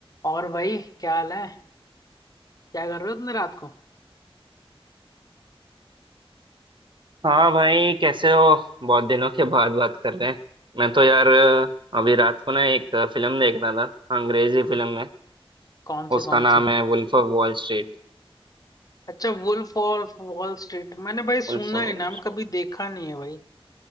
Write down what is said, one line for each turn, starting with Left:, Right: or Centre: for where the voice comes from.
Left: और भाई क्या हाल है क्या कर रहे हो इतने रात को
Right: हाँ भाई कैसे हो बहुत दिनों के बाद बात कर रहे हैं मैं तो यार अभी रात को ना एक फिल्म देख रहा था अंग्रेजी फिल्म है
Left: कौन सी
Right: उसका
Left: कौन
Right: नाम
Left: सी
Right: है wolf of wall street
Left: अच्छा वुल्फ ऑफ वॉल स्ट्रीट मैंने भाई
Right: Wolf
Left: सुना
Right: of wall
Left: है नाम
Right: street.
Left: कभी देखा नहीं है भाई